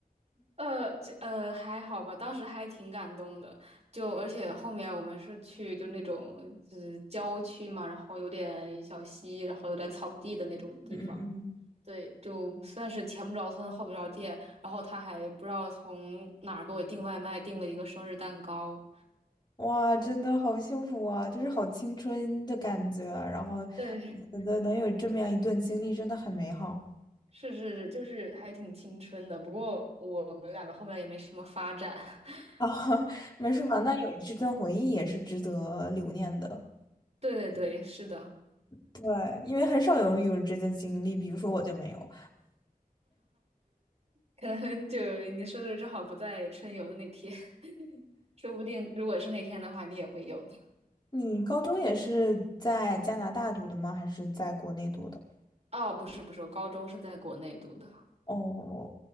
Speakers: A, on the right; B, on the left.
A: 呃，就呃还好吧，当时还挺感动的。就而且后面我们是去就那种就是郊区嘛，然后有点小溪，然后有点草地的那种地方。
B: 嗯嗯嗯，
A: 对，就算是前不着村后不着店，然后他还不知道从哪儿给我订外卖，订了一个生日蛋糕。
B: 哇，真的好幸福啊，就是好青春的感觉啊。然后
A: 对
B: 我觉得能有这么样一段经历，真的很美好
A: <laughs>，是是是，就是还挺青春的。不过我们两个后面也没什么发展。<laughs>
B: 啊。<laughs> 没事嘛，那有这段回忆也是值得留念的。
A: 对对对，是的，
B: 对，因为很少有有这段经历，比如说我就没有。
A: 可能很久你生日正好不在春游的那天。说不定如果是那天的话，你也会有的。
B: 你高中也是在加拿大读的吗？还是在国内读的？
A: 哦，不是不是，我高中是在国内读的，
B: 哦，